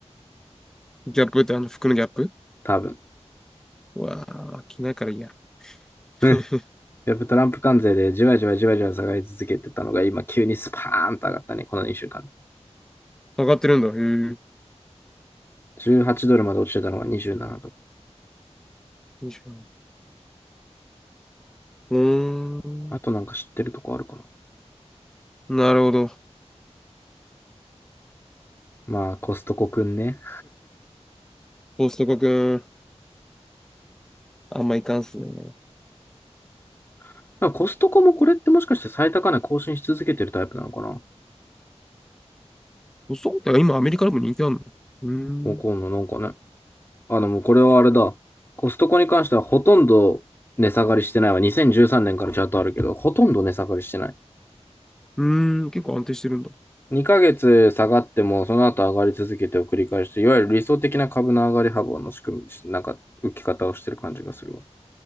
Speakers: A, in the centre; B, on the left.
A: ギャップってあの服のギャップ
B: 多分。
A: うわあ、着ないからいいや。<laughs>
B: うん。ギャップトランプ関税でじわじわじわじわ下がり続けてたのが今急にスパーンと上がったね、この2週間。
A: 上がってるんだ。へぇよ
B: 18ドルまで落ちてたのが27ドル。
A: いしょうーん。
B: あとなんか知ってるとこあるかな。
A: なるほど。
B: まあコストコくんね。
A: コストコくん。あんまいかんっすね。
B: <laughs> コストコもこれってもしかして最高値更新し続けてるタイプなのかな
A: そうだよ。今アメリカでも人気あるの。うーん。
B: もう今ななんかね。あの、もうこれはあれだ。コストコに関してはほとんど値下がりしてないわ。2013年からチャートあるけど、ほとんど値下がりしてない。
A: うーん。結構安定してるんだ。
B: 2ヶ月下がっても、その後上がり続けてを繰り返して、いわゆる理想的な株の上がり幅の仕組み、なんか浮き方をしてる感じがするわ。